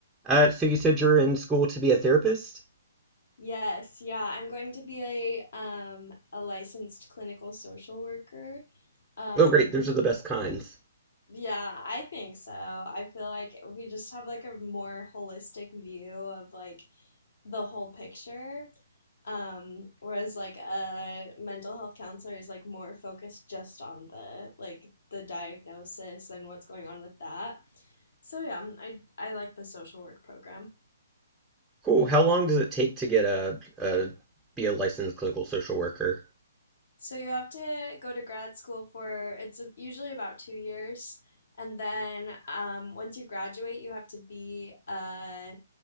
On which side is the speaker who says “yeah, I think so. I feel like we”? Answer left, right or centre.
Left